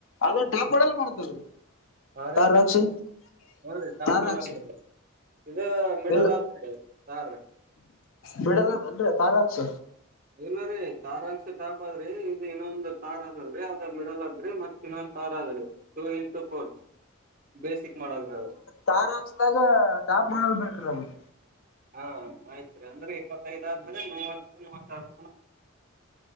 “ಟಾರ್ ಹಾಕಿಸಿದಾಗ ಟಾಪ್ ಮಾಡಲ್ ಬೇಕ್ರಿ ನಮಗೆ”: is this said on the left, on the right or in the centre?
Left